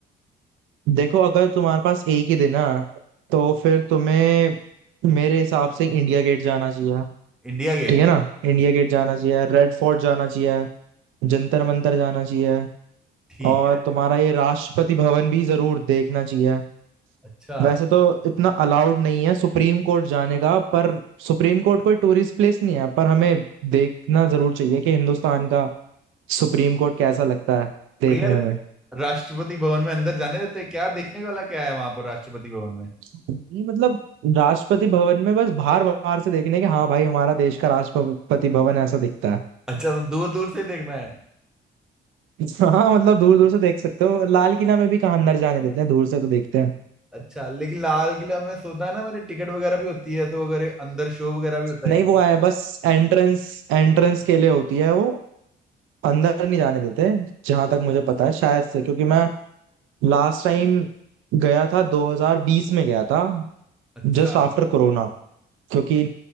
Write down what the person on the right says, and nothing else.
देखो अगर तुम्हारे पास एक ही दिन है तो फिर तुम्हें मेरे हिसाब से इंडिया गेट जाना चाहिए
ठीक है ना इंडिया गेट जाना चाहिए रेड फोर्ट जाना चाहिए जंतर मंतर जाना चाहिए
और तुम्हारा ये राष्ट्रपति भवन भी जरूर देखना चाहिए
वैसे
तो इतना अलाउड नहीं है सुप्रीम कोर्ट जाने का पर सुप्रीम कोर्ट कोई टूरिस्ट प्लेस नहीं है पर हमें देखना जरूर चाहिए कि हिंदुस्तान का सुप्रीम कोर्ट कैसा लगता है देखने
में
नहीं मतलब राष्ट्रपति भवन में बस बाहर बाहर से देखने के हाँ भाई हमारा देश का राष्ट्रपति भवन ऐसा दिखता है
<laughs> हाँ मतलब दूर दूर से देख सकते हो लाल किला में भी कहाँ अंदर जाने देते हैं दूर से तो देखते हैं
नहीं
वो है बस एंट्रेंस एंट्रेंस के लिए होती है वो अंदर नहीं जाने देते जहां तक मुझे पता है शायद से क्योंकि मैं लास्ट टाइम गया था 2020 में गया था
Just after corona क्योंकि